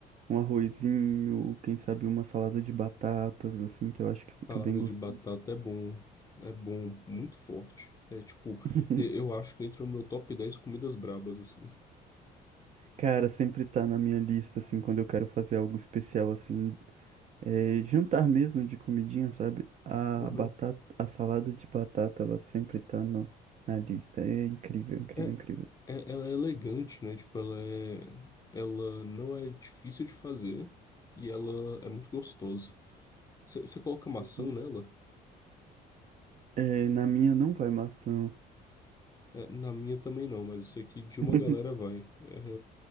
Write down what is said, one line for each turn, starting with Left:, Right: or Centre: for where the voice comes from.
Right: um arrozinho, quem sabe uma salada de batatas, assim, que eu acho que fica
Left: Salada
Right: bem gostoso.
Left: de batata é bom, é bom, muito forte. É tipo,
Right: <laughs>
Left: e- eu acho que entra no meu top 10 comidas brabas, assim.
Right: Cara, sempre tá na minha lista, assim, quando eu quero fazer algo especial, assim, é, jantar mesmo de comidinha, sabe? A
Left: Aham.
Right: batata, a salada de batata, ela sempre tá no, na lista. É incrível, incrível,
Left: É,
Right: incrível.
Left: é- ela é elegante, né? Tipo, ela é, ela não é difícil de fazer e ela é muito gostosa. Você coloca maçã
Right: Uhum.
Left: nela?
Right: É, na minha não vai maçã.
Left: É, na minha também não, mas eu sei que de uma
Right: <laughs>
Left: galera vai. Era-